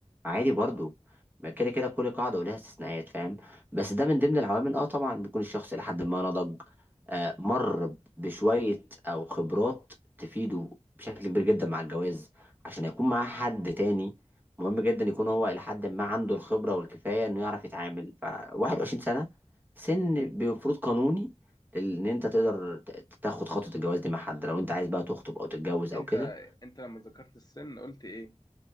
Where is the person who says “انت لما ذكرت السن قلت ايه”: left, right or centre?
Left